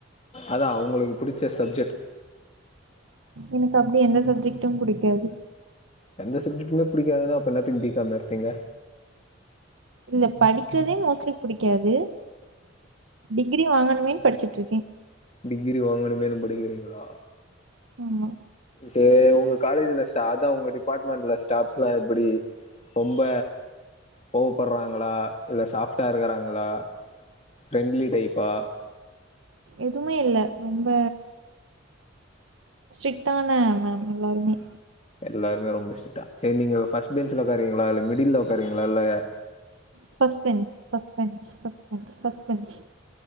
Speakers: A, on the left; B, on the right.
A: அதா உங்களுக்கு பிடிச்ச சப்ஜெக்ட்
B: எனக்கு அப்டி எந்த சப்ஜெக்ட்டும் புடிக்காது
A: எந்த சப்ஜெக்டுமே புடிக்காதுனா அப்போ என்னாத்துக்கு பி காம் எடுத்தீங்க
B: இதுலா படிக்றதே மோஸ்ட்லி புடிக்காது டிகிரி வாங்கணுமே படிச்சிட்டு இருக்கே
A: டிகிரி வாங்கணுமேன்னு படிக்கிறீங்ளா
B: ஆமா
A: சேரி உங்க காலேஜ்ல சா தா உங்க டிபார்ட்மெண்ட்ல ஸ்டாப்ஸ்ல்லா எப்டி ரொம்ப கோவப்படுறாங்ளா இல்ல சாஃப்ட்டா இருக்கிறாங்களா ஃப்ரெண்ட்லி டைப்பா
B: எதுமே இல்ல ரொம்ப ஸ்ட்ரிக்டான மேம் எல்லாருமே
A: எல்லாருமே ரொம்ப ஸ்டிக்டா செரி நீங்க ஃபஸ்ட்டு பெஞ்சுல உக்காருவீங்ளா இல்ல மிடில்ல உக்காருவீங்ளா இல்ல
B: first bench first bench first bench first bench